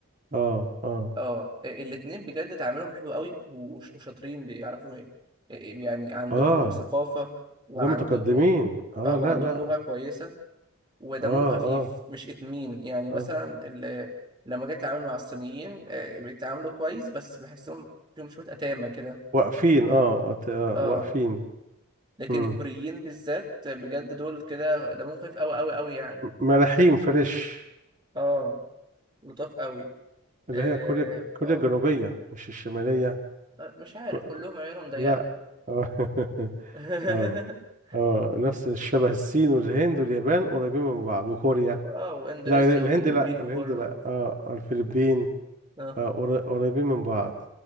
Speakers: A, on the right; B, on the right.
A: اه اه
B: اه الاثنين بجد تعاملهم حلو قوي و- وش- وشاطرين بيعرفوا ي- يعني عندهم
A: اه
B: ثقافة وعندهم
A: ده متقدمين اه
B: اه وعندهم
A: لا لا
B: لغة كويسة ودمهم
A: اه
B: خفيف
A: اه
B: مش اتمين يعني مثلا
A: اه
B: ال- لما جيت اتعامل مع الصينيين آه، بيتعاملوا كويس بس بحسهم فيهم شوية أتامة كده
A: واقفين اه أت- آه،
B: اه
A: واقفين
B: لكن
A: امم
B: الكوريين بالذات بجد دول كده دمهم خفيف قوي قوي قوي يعني
A: ملاحين فريش
B: اه لطاف قوي
A: اللي
B: اه
A: هي كوريا كوريا
B: آه،
A: الجنوبية مش الشمالية
B: مش عارف
A: كو... كو...
B: كلهم عيونهم ضيقة
A: لا آه. <laughs>
B: <laughs>
A: اه اه نفس الشبه الصين والهند واليابان قريبين من بعض وكوريا
B: اه واندونيسيا
A: لا ال- الهند
B: وفلبين
A: لا
B: وكله
A: الهند لا اه الفلبين
B: اه
A: آه قر- قريبين من بعض